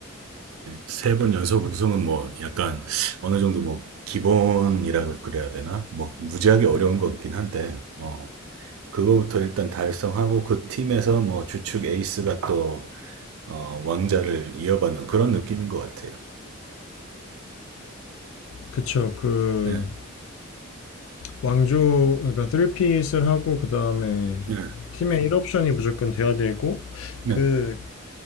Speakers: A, on the right; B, on the left.
A: 세 번 연속 우승은 뭐 약간 어느 정도 뭐 기본이라고 그래야 되나? 뭐 무지하게 어려운 거긴 한데, 뭐 그거부터 일단 달성하고 그 팀에서 뭐 주축 에이스가 또 어, 왕자를 이어받는 그런 느낌인 것 같아요.
B: 그쵸. 그
A: 네,
B: 왕조 그러니까 3핏을 하고 그다음에
A: 네,
B: 팀의 1옵션이 무조건 돼야 되고
A: 네.
B: 그